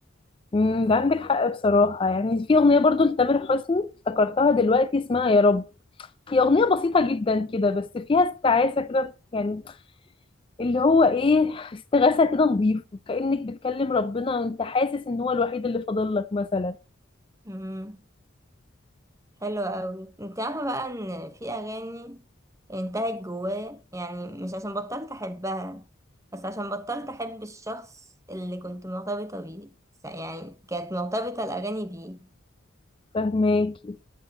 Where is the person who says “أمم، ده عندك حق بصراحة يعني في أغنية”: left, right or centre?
Left